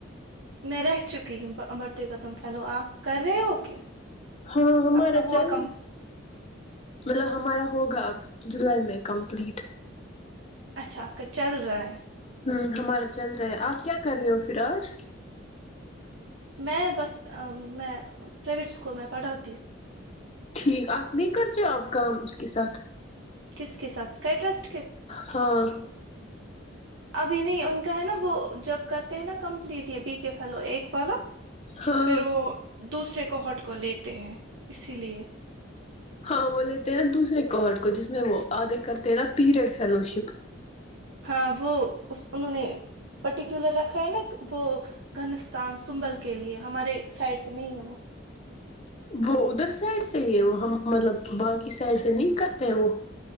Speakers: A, on the right (about 75°); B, on the left (about 30°).
A: میں رہ چکی ہ بڑھتے قدم پھیلو آپ کر رہے ہو کیا <unintelligible>
B: ہاں ہمارا
A: آپ کا ہوا
B: چل
A: کم
B: مطلب ہمارا ہوگا اب جولائی میں کمپلیٹ
A: اچھا آپ کا چل رہا ہے
B: ہ ہمارا چل رہا ہے آپ کیا کر رہے ہو پھر آج
A: میں بس میں پرائیویٹ اسکول میں پڑھاتی ہوں
B: ٹھیک آپ نہیں کرتے آپ کام اس کے ساتھ
A: کس کسات اس کا ایڈریس
B: ہاں
A: ابھی نہیں ان کا ہے نا وہ جب کرتے ہیں نا کمپلیٹ یہ بی کے فلو ایک والا
B: ہاں
A: پھر وہ دوسرے کوہٹ کو لیتے ہیں اسی لیے
B: ہاں وہ لیتے ہیں نا دوسرے کوڈ کو جس میں وہ آگے کرتے ہیں نا پیریڈ فیلو شپ
A: ہاں وہ انہوں نے پرٹیکولر رکھا ہے نا وہ گنستان سنبل کے لیے ہمارے سائڈ سے نہیں ہے وہ
B: وہ ادھر سائڈ سے ہی ہے وہ ہم مطلب باقی سائڈ سے نہیں کرتے ہیں وہ